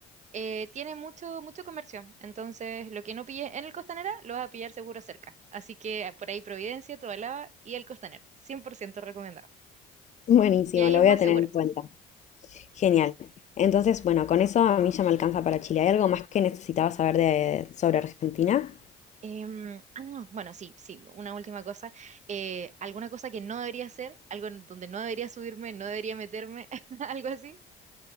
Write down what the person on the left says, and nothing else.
Buenísimo,
lo
voy
a tener
en cuenta. Genial. Entonces, bueno, con eso a mí ya me alcanza para Chile. ¿Hay algo más que necesitabas saber de, sobre Argentina?